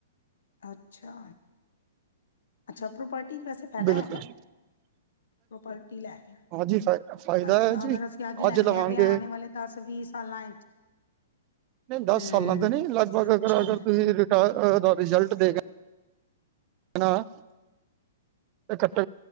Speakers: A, on the left; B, on the right.
A: ਅੱਛਾ ਅੱਛਾ ਪ੍ਰੋਪਰਟੀ 'ਚ ਵੈਸੇ ਫ਼ਾਇਦਾ
B: ਬਿਲਕੁਲ
A: ਹੈਗਾ
B: ਜੀ,
A: ਉਹ ਪਟੀ ਲੈ ਕੇ ਗਿਆ
B: ਹਾਂਜੀ ਫਾ ਫਾਇਦਾ
A: ਅੱਛਾ
B: ਹੈ ਜੀ।
A: ਅਗਰ ਅਸੀਂ ਅੱਜ ਲੈਂਦੇ
B: ਲਵਾਂਗੇ
A: ਹਾਂ ਤੇ ਆਣ ਵਾਲੇ ਦਸ ਵੀਹ ਸਾਲਾਂ
B: ਨਹੀਂ ਦਸ
A: ਹਮ
B: ਸਾਲਾਂ ਦਾ ਨੀ ਲਗਭਗ
A: ਅੱਛਾ
B: ਅਗਰ ਅਗਰ ਤੁਸੀਂ ਰਿਜਲਟ ਦੇ ਹਨਾ ਖੱਟ